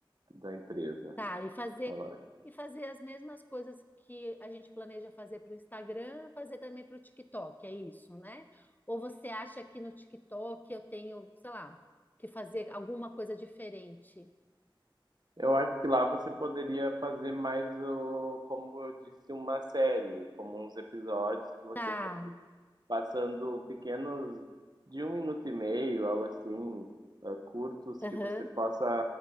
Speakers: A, on the right; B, on the left.
A: da empresa,
B: tá, e fazer
A: da loja.
B: e fazer as mesmas coisas que a gente planeja fazer para o Instagram, fazer também para o TikTok, é isso, né? Ou você acha que no TikTok eu tenho, sei lá, que fazer alguma coisa diferente?
A: Eu acho que lá você poderia fazer mais, o, como eu disse, uma série, como uns episódios que você
B: Tá,
A: passando pequenos de um minuto e meio, algo assim, ah, curtos
B: aham,
A: que você possa